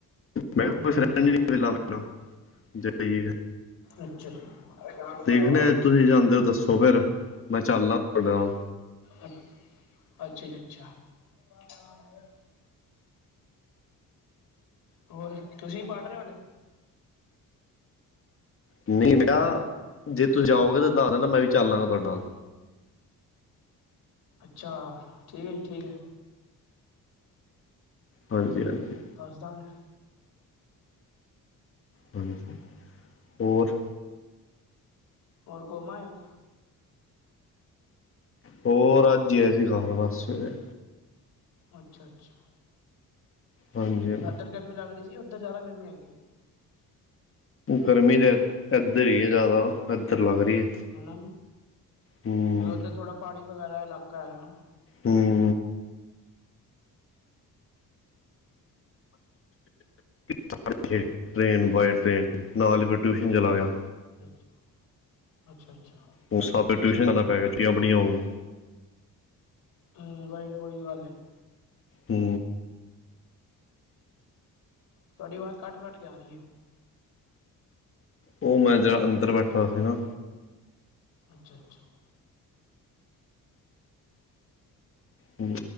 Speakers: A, on the left; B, on the left.
A: ਮੈਂ ਕੋਈ
B: ਹਾਂਜੀ-ਹਾਂਜੀ
A: ਸਹਿਣ <inaudible> ਨੀੇਾਂਲ ਜਦੲਈ
B: ਅੱਛਾ ਜੀ।
A: ਦੇਖਣਾ ਤੁਸੀਂ ਜਾਂਦੇ ਹੋ ਦੱਸੋ ਫੇਰ। ਮੈਂ ਚੱਲਦਾ ਆ ਤੁਹਾਡੇ ਨਾਲ
B: ਅੱ, ਅੱਛਾ ਜੀ, ਅੱਛਾ। <unintelligible> ਹੋਰ ਤੁਸੀਂ ਪੜ੍ਹ ਰਹੇ ਹੋ ਹਲੇ?
A: ਨਹੀਂ ਬੇਟਾ। ਜੇ ਤੁਸੀਂ ਜਾਓਗੇ ਤੇ ਦੱਸ ਦੇਣਾ। ਮੈਂ ਵੀ ਚੱਲ ਲਾਂਗਾ ਤੁਹਾਡੇ ਨਾਲ
B: ਅੱਛਾ। ਠੀਕ ਹੈ ਜੀ, ਠੀਕ ਹੈ।
A: ਹਾਂਜੀ- ਹਾਂਜੀ।
B: ਦੱਸ ਦਾਗੇ।
A: ਹਾਂਜੀ। ਹੋਰ
B: ਹੋਰ ਘੁੰਮ ਆਏ ਓ?
A: ਹੋਰ ਅੱਜ ਹੀ ਆ ਸੀ। ਘਰ ਬਸ ਸਵੇਰੇ
B: ਅੱਛਾ- ਅੱਛਾ।
A: ਹਾਂਜੀ- ਹਾਂਜੀ।
B: ਇੱਧਰ ਗਰਮੀ ਲੱਗ ਰਹੀ ਸੀ। ਉਧਰ ਜ਼ਿਆਦਾ ਗਰਮੀ ਹੈਗੀ ਹੈ।
A: ਗਰਮੀ ਤਾਂ ਇੱਧਰ ਹੀ ਹੈ ਜ਼ਿਆਦਾ। ਇੱਧਰ ਲੱਗ ਰਹੀ ਹੈ।
B: ਹਨਾ।
A: ਹੂੰ
B: ਉੱਧਰ ਥੋੜਾ ਪਹਾੜੀ ਵਗੈਰਾ ਇਲਾਕਾ ਹੈ ਨਾ
A: ਹੂ ਸਾਢੇ ਛੇ ਟ੍ਰੇਨ ਬਾਏ ਟ੍ਰਰੇਨ ਨਾਲ ਹੀ ਫਿਰ ਟਿਊਸ਼ਨ ਚਲਾ ਗਿਆ।
B: ਅੱਛਾ, ਅੱਛਾ-ਅੱਛਾ।
A: ਉਹ ਸਭ ਟਿਊਸ਼ਨ ਜਾਣਾ ਪੈ ਗਿਆ। ਛੁੱਟੀਆਂ ਬੜੀਆਂ ਹੋਊ
B: ਹੂ ਵਾਹੀ ਤਾਂ ਉਹੀ ਤਾਂ ਗੱਲ ਹੈ।
A: ਹੂ
B: ਤੁਹਾਡੀ ਆਵਾਜ਼ ਕੱਟ- ਕੱਟ ਕੇ ਆ ਰਹੀ ਹੈ।
A: ਉਹ ਮੈਂ ਜਿਹੜਾ ਅੰਦਰ ਬੈਠਾ ਸੀ। ਨਾ
B: ਅੱਛਾ -ਅੱਛਾ।
A: ਹੂ